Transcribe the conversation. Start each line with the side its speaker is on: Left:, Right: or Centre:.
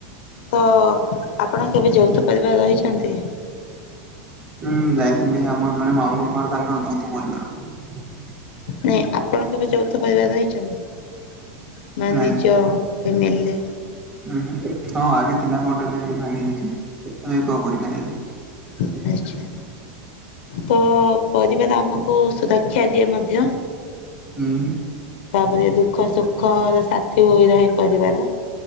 Left: ତ ଆପଣ କେବେ ଯୌଥ ପରିବାରରେ ରହିଛନ୍ତି?
Right: ହୁଁ ଯାଇଥିଲି ଆମର ଜଣେ ମାମୁଙ୍କ ଘର ତାଙ୍କର ଯୌଥ ପରିବାର।
Left: ନାଇଁ ଆପଣ କେବେ ଯୌଥ ପରିବାରରେ ରହିଛନ୍ତି? ମାନେ
Right: ନାଇଁ
Left: ନିଜ ଫେମିଲିରେ?
Right: ହୁଁ ହୁଁ ହଁ ଆଗେ ଥିଲା ବଟ୍ ଏବେ ଭାଙ୍ଗି ଯାଇଛି। ଏବେ ଏକକ ପରିବାର ହେଇଯାଇଛି।
Left: ଆଚ୍ଛା। ତ ପରିବାର ଆମକୁ ସୁରକ୍ଷା ଦିଏ ମଧ୍ୟ।
Right: ହୁଁ।
Left: ତାପରେ ଦୁଃଖ ସୁଖର ସାଥି ହୋଇ ରହେ ପରିବାର